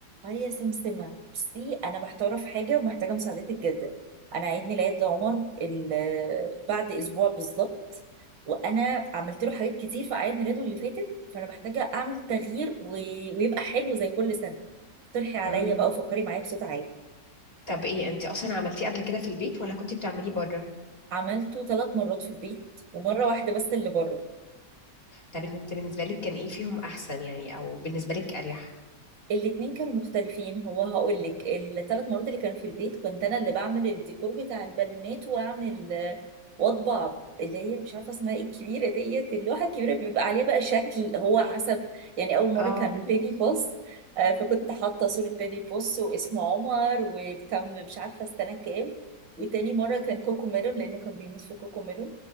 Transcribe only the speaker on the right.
هي سمسمة بصي أنا محتارة في حاجة ومحتاجة مساعدتك جدا أنا عيد ميلاد عمر ال- آه، بعد أسبوع بالظبط وأنا عملت له حاجات كتير في أعياد ميلاده اللي فاتت فأنا محتاجة أعمل تغيير و... ويبقى حلو زي كل سنة اقترحي عليا
بقى وفكري معايا بصوت عالي
عملته ثلاث مرات في البيت ومرة واحدة بس اللي بره
الاتنين كانوا مختلفين هو هقول لك الثلاث مرات اللي كانوا في البيت كنت انا اللي بعمل الديكور بتاع البالونات واعمل آه، واطبع اللي هي مش عارفه اسمها ايه الكبيره ديت اللوحه الكبيره بيبقى عليها بقى شكل هو حسب يعني اول مره
كان بيبي بوس آه، فكنت حاطه صوره بيبي بوس واسمه عمر وكم مش عارفه السنه كام وتاني مره كان كوكو ميلون لانه كان بيموت في كوكو ميلون